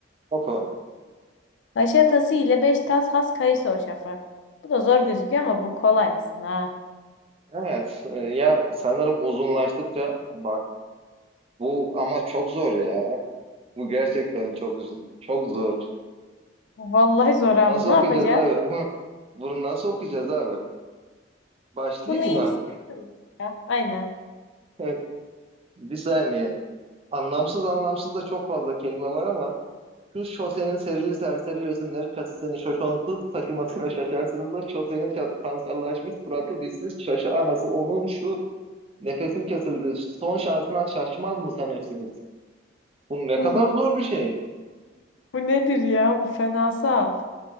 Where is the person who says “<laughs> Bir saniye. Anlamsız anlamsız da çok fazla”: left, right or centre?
Right